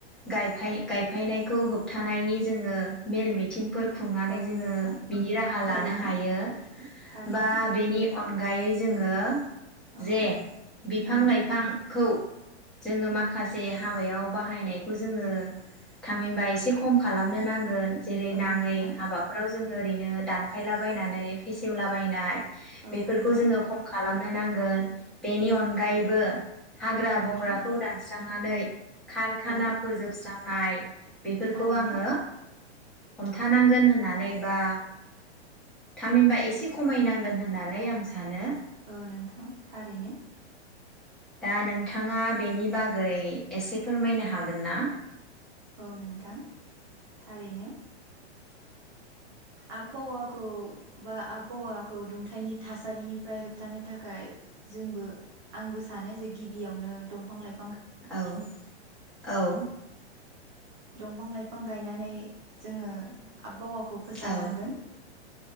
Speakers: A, in the centre; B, on the right.
A: गायफायनायखौ होबथानायनि जोङो मेल मिथिं फोर खुंनानै
B: औ
A: जोङो
B: नोंथां
A: बिनि राहा
B: थारैनो
A: लानो हायो
B: थारैनो
A: बा बेनि अनगा अनगायै जोङो
B: औ
A: जे बिफां
B: औ
A: लाइफां खौ जोङो माखासे से हाबायाव बाहायनायखौ जोङो थामहिनबा एसे खम खालामनो नांगोन। जेरै
B: औ
A: नाङै
B: नोंथां
A: हाबाफोराव जोङो ओरैनो दानफायलाबायनानै फेसेवलाबायनाय
B: औ
A: बेफोरखौ
B: नोंथां
A: जोङो खम खालाम नो नांगोन बेनि अनगायैबो हाग्रा
B: औ नोंथां
A: बंग्राखौ दान दांनानै खारखाना
B: औ
A: फोजोबस्रां नाय बेफोरखौ
B: थारैनो
A: आङो हमथानांगोन होननानै बा थामहिनबा एसे खमायनांगोन होननानै आं सानो।
B: औ नोंथां थारैनो।
A: दा नोंथाङा बेनि बागै एसे फोरमायनो हागोन ना?
B: औ नोंथां थारैनो । आबबावाखौ बा आबबावाखौ दुंथायनि थासारिनिफ्राय होबथानो थाखाय जोंबो आंबो सानो जे गिबियावनो दंफां लाइ
A: औ औ
B: दंफां लाइफां गायनानै जोङो आबबावा खौ फोसाबनांगोन।
A: औ